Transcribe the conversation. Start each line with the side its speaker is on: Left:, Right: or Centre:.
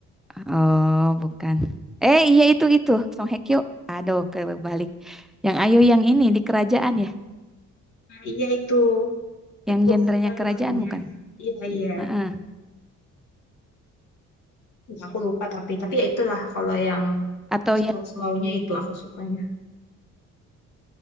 Centre: oh bukan. Eh iya itu itu Song Hye Kyo. Aduh kebalik. Yang Ayo yang ini di kerajaan ya.
Left: Nah, iya itu, aku
Centre: Yang gendernya
Left: lupa lagi
Centre: kerajaan
Left: namanya.
Centre: bukan?
Left: Iya, iya.
Centre: Heeh.
Left: Ya, aku lupa tapi, tapi ya itulah kalau yang
Centre: Atau
Left: slow-slownya
Centre: yang
Left: itu aku sukanya.